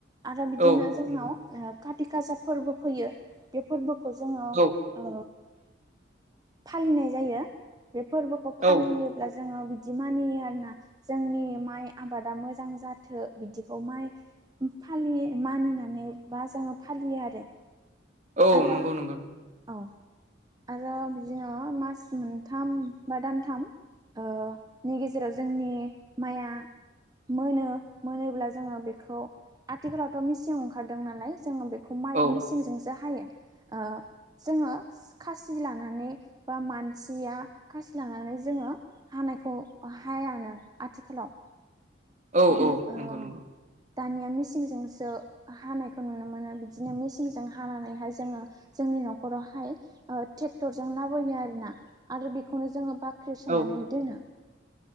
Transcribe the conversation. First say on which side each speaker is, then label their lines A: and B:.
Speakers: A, on the right; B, on the right.
A: आरो बिदिनो
B: औ
A: जोंनाव
B: नंगौ
A: ओ खााथि खासा फोरबो फैयो बे फोरबो खौ जोङो
B: औ
A: ओ फालिनाय जायो बे फोरबोखौ फालियोब्ला
B: औ
A: जोङो बिदि मानियो आरोना जोंनि माइ आबादा मोजां जाथो बिदिखौ माइ फालियो मानिनानै बा जोङो फालियो आरो
B: औ
A: आरो
B: नंगौ नंगौ
A: औ आरो बिदिनो मास मोनथाम बा दानथाम ओ नि गेजेराव जोंनि माइया मोनो मोनोब्ला जोङो बेखौ आथिखालावथ' मिसिं ओंखारदों नालाय जोङो बेखौ माय
B: औ
A: मिसिंजोंसो हायो ओ जोङो खासि लानानै बा मानसिया खासि खासि लानानै जोङो हानायखौ बा हायानो आथिखालाव
B: औ
A: हो
B: औ
A: ओ
B: नंगौ नंगौ
A: दानिया मेसिंजोंसो हानायखौ नुनो मोनो बिदिनो मेसिंजों हानानैहाय जोङो जों नि नखरावहाय ओ ट्रेक्टरजों लाबोयो आरोना आरो बेनोखौनो जोङो बा बाख्रियाव सोनानै
B: औ
A: दोनो